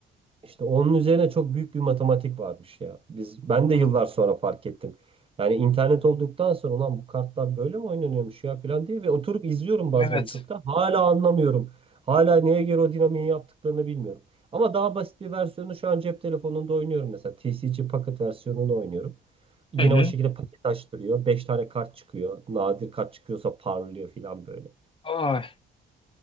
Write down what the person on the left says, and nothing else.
Hmm,
evet.
Hı hı.
Ay.